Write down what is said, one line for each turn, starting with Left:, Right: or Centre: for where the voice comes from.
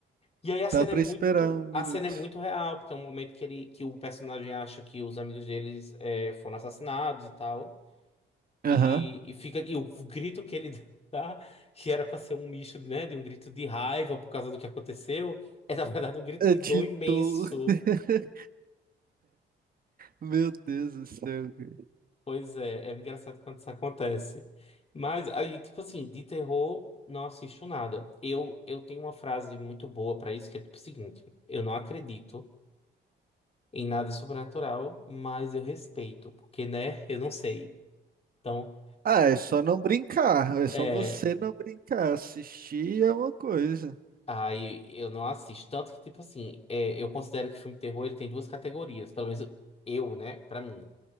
Left: E aí a cena
Right: Dá pra
Left: é muito,
Right: esperar um minuto.
Left: a cena é muito real, porque é um momento que ele, que o personagem acha que os amigos deles eh, foram assassinados e tal.
Right: Aham.
Left: E, e fica e o grito que ele <laughs> dá, que era para ser um misto, né, de um grito de raiva por causa do que aconteceu, é na verdade um grito
Right: Editou.
Left: de dor imenso.
Right: <laughs> Meu Deus do céu, cara.
Left: Pois é, é engraçado quando isso acontece. Mas aí, tipo assim, de terror não assisto nada. Eu eu tenho uma frase muito boa para isso que é tipo o seguinte: eu não acredito em nada sobrenatural, mas eu respeito, porque né, eu não sei. Então,
Right: Ah, é só não brincar. É só
Left: é,
Right: você não brincar. Assistir é uma coisa.
Left: Aí eu não assisto. Tanto que, tipo assim, é, eu considero que filme de terror ele tem duas categorias, pelo menos eu, né, pra mim.